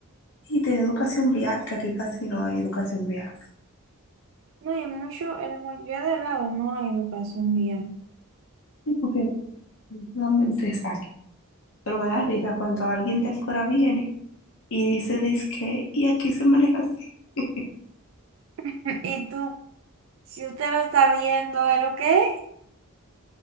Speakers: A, on the left; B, on the right.
A: Y tener educación vial, que aquí casi no hay educación vial.
B: No, y mucho, en la mayoría de lados no hay educación vial.
A: Sí, porque solamente es aquí. Pero me da risa cuando alguien de afuera viene. y dice, dizque, y aquí se maneja así. <laughs>
B: <laughs> Y tú, si usted lo está viendo, ¿es lo que es?